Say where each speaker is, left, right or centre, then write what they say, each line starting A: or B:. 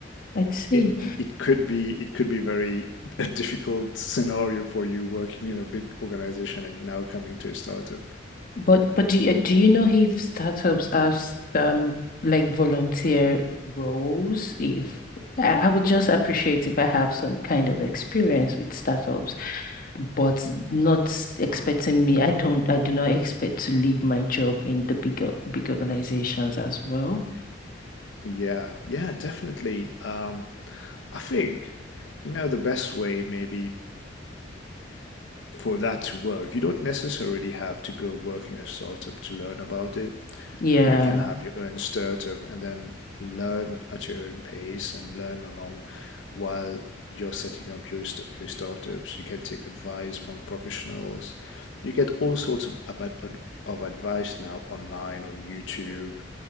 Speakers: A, on the left; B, on the left.
A: I see.
B: it it could be it could be very <laughs> a difficult scenario for you working in a big organization and now coming to a startup.
A: But but do you, do you know if startups have s- um like volunteer roles? If I, I would just appreciate if I have some kind of experience with startups. but not expecting me. I don't, I do not expect to leave my job in the bigger, big organizations as well.
B: Yeah, yeah, definitely. Um, I think, you know, the best way maybe for that to work, you don't necessarily have to go work in a startup to learn about it.
A: Yeah.
B: You can have your own startup and then learn at your own pace and learn along while you're setting up your st- your startups. You can take advice from professionals. You get all sorts of of, of advice now online on YouTube,